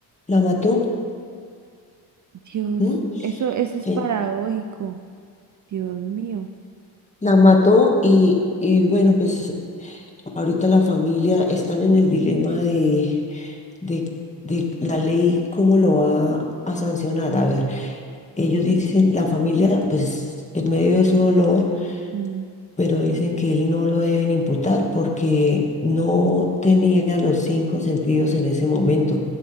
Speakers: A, on the left; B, on the right.
A: la mató,
B: Dios,
A: ¿m?
B: eso, eso es
A: Eh,
B: paradójico. Dios mío.
A: la mató y, y bueno, pues ahorita la familia están en el dilema de, de, de la ley, cómo lo va a sancionar. A ver, Ellos dicen, la familia, pues en medio de su dolor,
B: Mm.
A: pero dicen que él no lo deben imputar porque no tenía los cinco sentidos en ese momento,